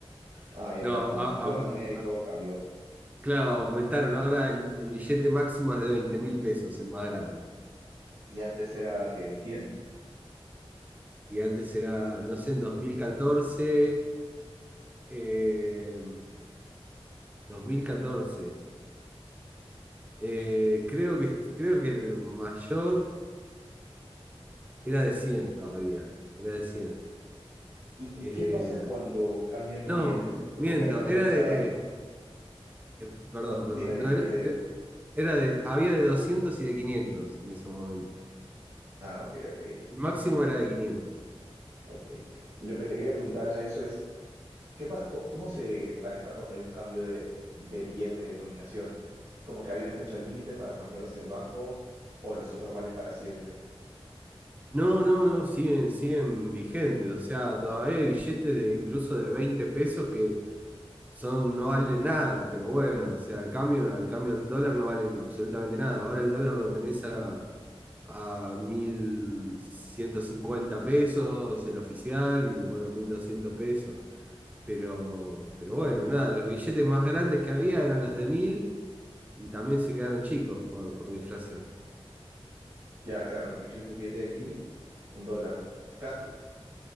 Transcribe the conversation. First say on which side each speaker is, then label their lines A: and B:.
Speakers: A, on the right (about 65°); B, on the right (about 15°).
A: ah,
B: <laughs>
A: ya
B: no,
A: claro, como
B: a,
A: se infló la moneda y todo
B: a-
A: cambió.
B: Claro, aumentaron. Ahora el, el billete máximo es de veinte mil pesos, el más grande.
A: Y antes era que cien.
B: Y antes era, no sé, en 2014, eh, 2014. eh, creo que, creo que el mayor era de 100 todavía. Era de 100.
A: ¿Y
B: Eh,
A: qué pasa cuando cambian los
B: no,
A: billetes? Es como
B: miento,
A: que hay una fecha.
B: era de... eh, perdón,
A: No,
B: perdón.
A: dime, dime,
B: No, era,
A: dime, dime.
B: era- era de, había de 200 y de 500 en ese momento.
A: Ah, ok, ok,
B: El máximo era de 500.
A: ok. Y lo que te quería preguntar a eso es, ¿Qué pa- co- ¿Cómo se maneja cuando hay un cambio de, de billete de denominación? ¿Es como que hay una fecha límite para cambiarlos en el banco o los otros valen para siempre?
B: No, no, no, siguen, siguen vigentes. O sea, todavía hay billetes de incluso de 20 pesos que son, no valen nada, pero bueno, o sea, al cambio, no, al cambio del dólar no valen absolutamente nada. Ahora el dólar lo tenés a, a 1.150 pesos, el oficial, y bueno, 1.200 pesos. Pero, pero bueno, nada, los billetes más grandes que había eran los de 1.000 y también se quedaron chicos por, por la inflación.
A: Ya, claro, imagínate un billete de mil, un dólar, casi,